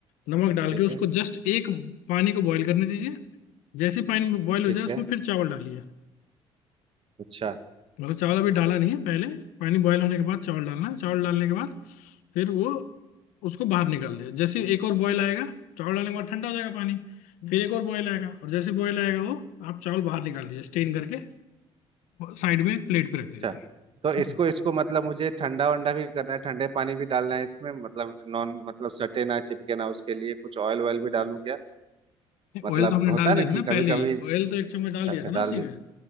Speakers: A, on the left; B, on the right.
A: नमक डाल
B: ठीक
A: के उसको
B: है
A: जस्ट एक पानी को बॉईल करने दीजिए जैसे ही पानी बॉईल हो
B: ठीक
A: जाए उसमें
B: है
A: फिर चावल डालिए
B: अच्छा
A: मतलब चावल अभी डाला नहीं है पहले पानी बॉयल होने के बाद चावल डालना है चावल डालने के बाद फिर वो उसको बाहर निकाल दे जैसे एक और बॉयल आएगा चावल डालने के बाद ठंडा हो जाएगा पानी फिर एक और बॉयल आएगा और जैसे बॉयल आएगा वो आप चावल बाहर निकाल लीजिए स्टेन करके साइड में एक प्लेट पे
B: अच्छा
A: रख दीजिए
B: तो
A: ठीक
B: इसको
A: है
B: इसको मतलब मुझे ठंडा वंडा भी करना है ठंडे पानी भी डालना है इसमें मतलब नॉन मतलब सटे ना चिपके ना उसके लिए कुछ ऑयल ऑयल भी डालूं क्या
A: नहीं
B: मतलब
A: ऑयल तो हमने
B: होता
A: डाल
B: है
A: दिया
B: ना
A: था ना
B: कि कभी
A: पहले
B: कभी
A: ही ऑयल तो एक चम्मच
B: अच्छा
A: डाल दिया
B: अच्छा
A: था
B: डाल
A: ना उसी
B: दे
A: में